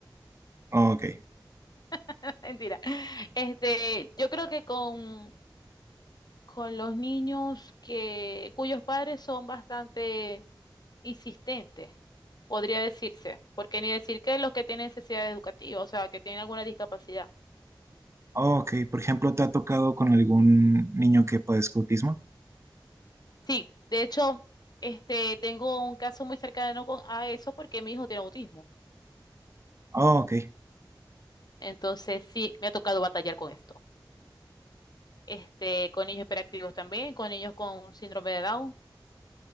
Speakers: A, on the right (about 35°); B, on the left (about 55°).
A: Ok.
B: <laughs> mentira. Este, yo creo que con con los niños que, cuyos padres son bastante insistentes, podría decirse, porque ni decir que los que tienen necesidad educativa, o sea, que tienen alguna discapacidad.
A: Ok, por ejemplo, ¿te ha tocado con algún niño que padezca autismo?
B: Sí, de hecho, este, tengo un caso muy cercano con, a eso porque mi hijo tiene autismo.
A: Oh, ok.
B: Entonces, sí, me ha tocado batallar con esto. Este, con niños hiperactivos también, con niños con síndrome de Down,